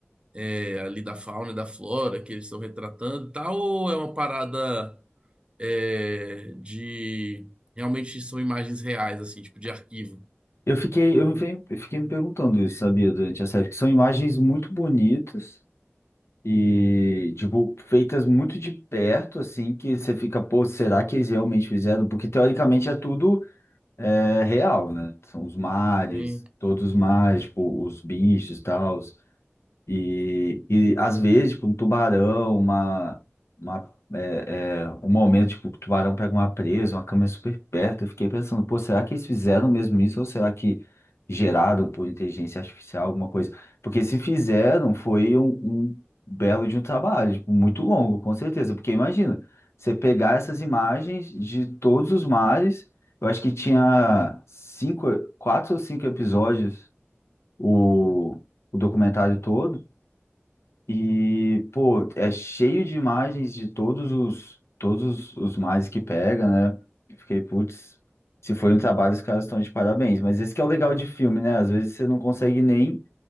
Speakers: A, on the right; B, on the left.
A: é, ali da fauna e da flora que eles estão retratando e tal, ou é uma parada é, de... Realmente são imagens reais, assim, tipo, de arquivo?
B: Eu fiquei, eu me fe- eu fiquei me perguntando isso, sabia, durante a série, porque são imagens muito bonitas e, tipo, feitas muito de perto, assim, que você fica, pô, será que eles realmente fizeram? Porque teoricamente é tudo é, real, né? São os mares,
A: Sim.
B: todos os mares, tipo, os bichos e tal. E, e às vezes, tipo, um tubarão, uma, uma, é, é, um momento, tipo, o tubarão pega uma presa, uma câmera super perto. Eu fiquei pensando, pô, será que eles fizeram mesmo isso ou será que geraram por inteligência artificial alguma coisa? Porque se fizeram, foi um, um belo de um trabalho, tipo, muito longo, com certeza. Porque imagina, você pegar essas imagens de todos os mares, eu acho que tinha cinco, quatro ou cinco episódios o, o documentário todo. E, pô, é cheio de imagens de todos os todos os os mares que pega, né? Eu Fiquei, putz, se foi um trabalho, os caras estão de parabéns. Mas esse que é o legal de filme, né? Às vezes você não consegue nem